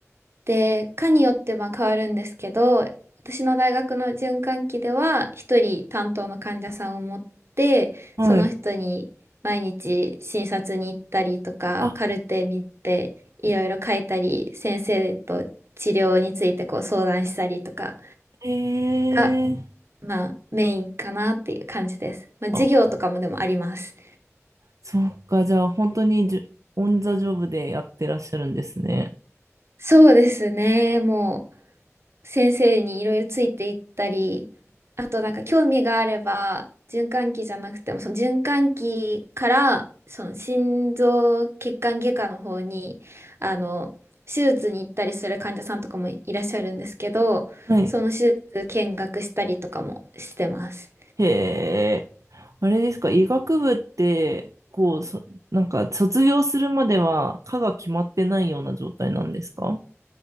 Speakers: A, on the right; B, on the right.
A: で、科によってまあ変わるんですけど、私の大学の循環器では、一人担当の患者さんを持って、
B: はい。
A: その人に毎日診察に行ったりとか、
B: あ、
A: カルテ見て、いろいろ書いたり、先生と治療についてこう相談したりとか
B: へえ。
A: が、まあメインかなっていう感じです。まあ授業とかもでもあります。
B: あ、そっか、じゃあ本当にじゅ、オンザジョブでやってらっしゃるんですね。
A: そうですね。もう先生にいろいろついていったり、あとなんか興味があれば、循環器じゃなくても、その循環器から、その心臓血管外科の方に、あの、手術に行ったりする患者さんとかもいらっしゃるんですけど、
B: はい。
A: その手術見学したりとかもしてます。
B: へえ。あれですか、医学部って、こう、そ、なんか卒業するまでは科が決まってないような状態なんですか